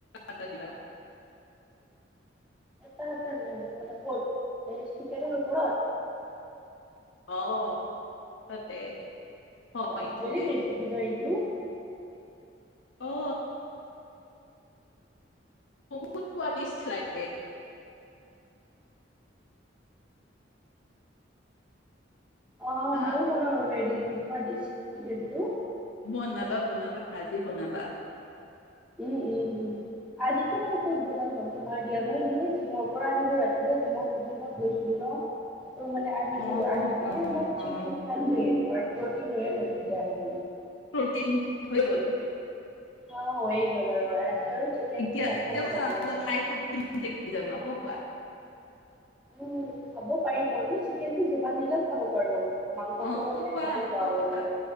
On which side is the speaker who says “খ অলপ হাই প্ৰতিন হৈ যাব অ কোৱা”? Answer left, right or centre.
Left